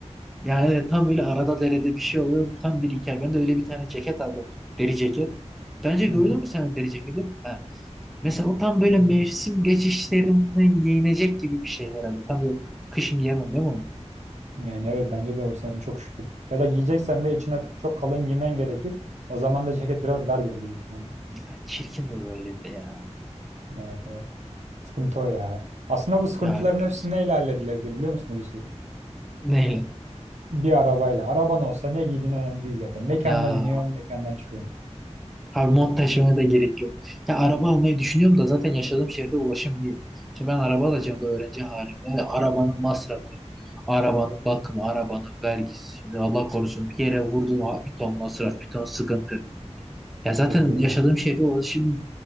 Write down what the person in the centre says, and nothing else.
Yani evet, tam böyle arada derede bir şey oluyor. Tam bir hikaye. Ben de öyle bir tane ceket aldım. Deri ceket. Bence gördün
mü sen o deri ceketi? Ha. Mesela o tam böyle
mevsim geçişlerinden giyinecek gibi bir şey herhalde. Tam böyle kışın giyemem değil mi onu?
Ya çirkin de böyle de ya.
Ya biraz.
Neyle?
Ya
abi mont taşımaya da gerek yok. Ya araba almayı düşünüyorum da zaten yaşadığım şehirde ulaşım iyi. Şimdi ben araba alacağım bu öğrenci halimde. Arabanın masrafı. Arabanın bakımı, arabanın vergisi. Şimdi Allah korusun bir yere vurdun abi bir ton masraf, bir ton sıkıntı. Ya zaten
yaşadığım şehre ulaşım iyi.